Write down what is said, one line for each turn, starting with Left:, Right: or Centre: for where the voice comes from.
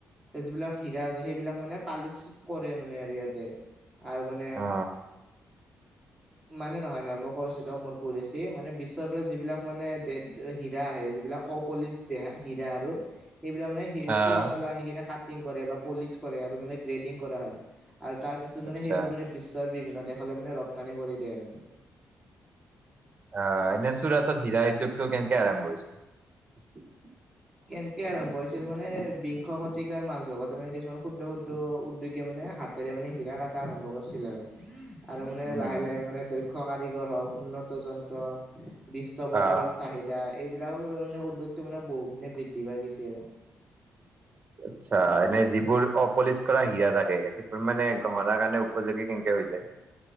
Centre: যিবিলাক হীৰা আছে সেইবিলাক মানে পালিচ কৰে মানে আৰু ইয়াতে। আৰু মানে।
Right: অ
Centre: মানে নহয়-নহয় মই কৈ আছোঁ। দিয়ক মোৰ ভুল হৈছে, মানে বিশ্বৰ পৰা যিবিলাক মানে হীৰা আহে যিবিলাক অ পলিচ দেহা হিৰা আৰু। সেইবিলাক মানে সি
Right: আহ
Centre: চূৰাতলৈ আনি কিনে কা কাতিং কৰে বা পলিচ কৰে আৰু মানে গ্ৰেডিং কৰে আৰু তাৰপিছত
Right: আচ্ছা
Centre: মানে সেইবোৰ মানে বিশ্ব বিভিন্ন দেশলৈ মানে ৰপ্তানি কৰি দিয়ে আৰু মানে।
Right: অহ, এনে চুৰাতত হীৰা উদ্যোগটো কেনেকে আৰম্ভ হৈছিল?
Centre: কেনেকে আৰম্ভ হৈছিল মানে, বিংশ শতিকাৰ মাজ ভাগতে মানে কিছুমান ক্ষুদ্ৰ-ক্ষুদ্ৰ উদ্যোগে মানে হাত হাতেৰে মানে হিৰা কাটা আৰম্ভ কৰিছিল আৰু। আৰু মানে
Right: উম
Centre: লাহে-লাহে মানে দক্ষ কাৰিগৰ হওঁক, উন্নত যন্ত্ৰ বিশ্ব বজাৰৰ
Right: অ
Centre: চাহিদা, এইবিলাক <unintelligible> উদ্যোগটো মানে বহু গুণে বৃদ্ধি পাই গৈছি আৰু।
Right: আচ্ছা, এনেই যিবোৰ অপলিচ কৰা হীৰা থাকে, সেইবোৰ মানে গহনাৰ কাৰণে উপযোগী কেনেকে হৈ যায়?